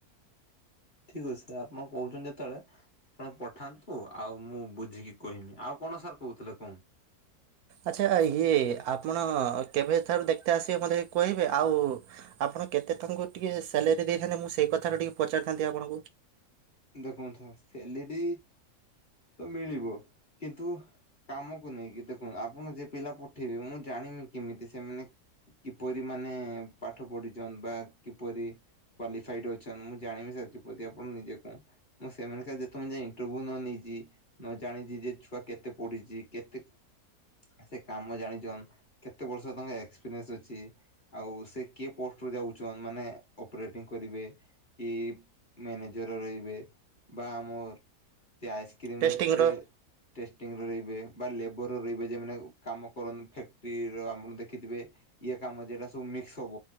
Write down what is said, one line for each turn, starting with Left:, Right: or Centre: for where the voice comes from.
Left: ଠିକ୍ ଅଛି ଆପଣ କହୁଛନ୍ତି ଯେତେବେଳେ ଆପଣ ପଠାନ୍ତୁ ଆ ଆଉ ମୁଁ ବୁଝିକି କହିମି। ଆଉ କଣ ସାର୍ କହୁଥିଲେ କୁହନ୍ତୁ?
Right: ଆଚ୍ଛା ଇଏ ଆପଣ କେବେଠାରୁ ଦେଖିତେ ଆସିବେ ମତେ କହିବେ। ଆଉ ଆପଣ କେତେ ତାଙ୍କୁ ଟିକେ ସାଲେରୀ ଦେଇଥାନ୍ତେ ମୁଁ ସେଇ କଥାରେ ଟିକେ ପଚାରିଥାନ୍ତି ଆପଣଙ୍କୁ?
Left: ଦେଖନ୍ତୁ ସାର୍ ସାଲେରୀ ତ ମିଳିବ କିନ୍ତୁ କାମକୁ ନେଇକି ଦେଖନ୍ତୁ ଆପଣ ଯେ ପିଲା ପଠେଇବେ ମୁଁ ଜାଣିବି କେମିତି ସେମାନେ କିପରି ମାନେ ପାଠ ପଢିଛନ୍ ବା କିପରି କ୍ୱାଲିଫାଇଡ଼୍ ଅଛନ୍ତି ମୁଁ ଜାଣିନି ସାର କିପରି ଆପଣ ନିଜେ କୁ ମୁଁ ସେମାନକା ଯେତେବେଳେ ଯାଏ ଇଣ୍ଟରଭ୍ୟୁ ନ ନେଇଛି ନ ଜାଣିଛି ଯେ ଛୁଆ କେତେ ପଢିଚି କେତେ ସେ କାମ ଜାଣିଛନ୍ କେତେ ବର୍ଷ ତାଙ୍କ ଏକ୍ସପିରିଏନ୍ସ ଅଛି ଆଉ ସେ କିଏ ପୋଷ୍ଟରୁୁ ଯାଉଛନ୍ ମାନେ ଅପରେଟିଂ କରିବେ। କି ମ୍ୟାନେଜର ରହିବେ। ବା ଆମର ଯେ ଆଇସକ୍ରିମ
Right: ଟେଷ୍ଟିଂର
Left: ଯେ ଟେଷ୍ଟିଂରେ ରହିବେ ବା ଲେବର ରହିବେ ଯେ ମାନେ କାମ କରନ୍ତୁ ଫ୍ୟାକ୍ଟ୍ରିର ଆପଣ ଦେଖିଥିବେ ଇଏ କାମ ଯେରା ସବୁ ମିକ୍ସ ହବ।